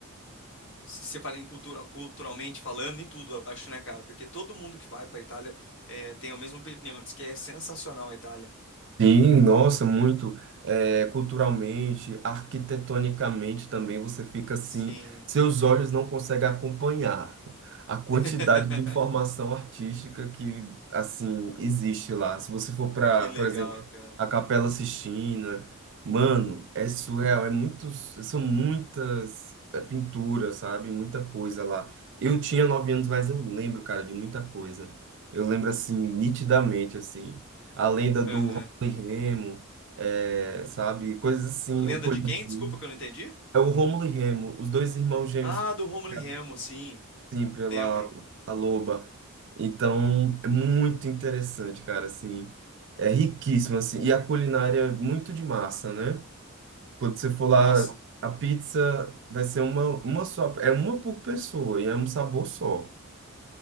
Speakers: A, on the left; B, on the right.
A: Se você fala em cultura, culturalmente falando, em tudo, eu acho, né, cara? Porque todo mundo que vai pra Itália eh, tem a mesma opinião, diz que é sensacional a Itália.
B: Sim, nossa, muito. É, culturalmente, arquitetonicamente também você fica assim,
A: Sim.
B: seus olhos não conseguem acompanhar a quantidade
A: <laughs>
B: de informação artística que assim existe lá. Se você for para,
A: Que legal,
B: por exemplo,
A: cara.
B: a Capela Sistina, mano, é surreal, é muitos, são muitas é, pinturas, sabe? Muita coisa lá. Eu tinha nove anos, mas eu lembro, cara, de muita coisa. Eu lembro assim nitidamente assim a lenda do
A: Aham.
B: e Remo, é, sabe? Coisas assim,
A: Lenda
B: o Coliseu.
A: de quem? Desculpa que eu não entendi.
B: É o Rômulo e Remo, os dois irmãos gêmeos
A: Ah,
B: que
A: do Rômulo
B: foram
A: e Remo,
B: criados,
A: sim.
B: assim, pela
A: Lembro.
B: a Loba. Então, é muito interessante, cara, assim. É riquíssimo, assim. E a culinária é muito de massa, né? Quando você for lá,
A: Nossa.
B: a pizza vai ser uma, uma só. É uma por pessoa e é um sabor só.